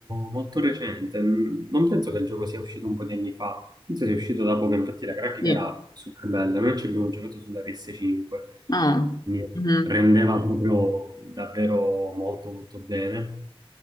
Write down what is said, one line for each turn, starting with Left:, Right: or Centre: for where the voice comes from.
Right: molto recente. Mm, Non penso che il gioco sia uscito un po' di anni fa, penso sia uscito da poco, infatti la grafica
Left: Sì.
Right: era super bella. Noi ci abbiamo giocato sulla PS5,
Left: Ah,
Right: quindi
Left: mhm,
Right: rendeva proprio davvero molto molto bene.